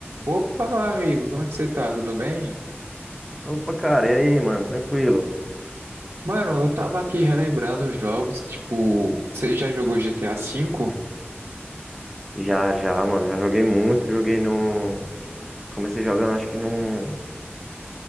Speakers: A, on the right; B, in the centre.
A: Opa, meu amigo, como é que você tá? Tudo bem?
B: Opa, cara, e aí, mano? Tranquilo?
A: Mano, eu tava aqui relembrando os jogos, tipo, você já jogou GTA V?
B: Já, já, mano. Já joguei muito. Joguei no. Comecei jogando, acho que no.